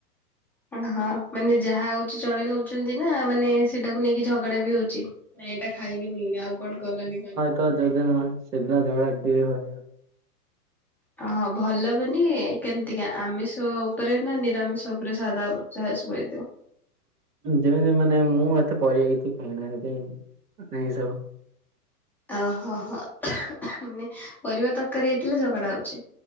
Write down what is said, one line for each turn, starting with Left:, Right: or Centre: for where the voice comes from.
Centre: ଓହୋ ମାନେ ଯାହା ହଉଛି ଚଳେଇ ନଉଛନ୍ତି ନା ମାନେ ସେଇଟାକୁ ନେଇକି ଝଗଡା ବି ହଉଛି। ନାଇଁ ଏଇଟା ଖାଇବିନି ଆଉ କଣ କଲନି କାଇଁ
Right: ତ ଯୋଉଦିନ ସେଦିନ ଝଗଡ଼ା ବ <unintelligible> ହୁଏ ଆଉ।
Centre: ହଁହଁ ଭଲ ମାନେ କେମିତିକା ଆମିଷ ଉପରେ ନା ନିରାମିଷ ଉପରେ ସାଧା ଯାହା। <unintelligible>
Right: ଯେମିତି ମାନେ ମୁଁ ଏତେ ପରିବା କିଛି ଖାଇନା <unintelligible> ଏ ସବୁ।
Centre: ଆ ହ ହ, ମାନେ ପରିବା ତରକାରୀ ହେଇଥିଲେ ଝଗଡା ହଉଛି।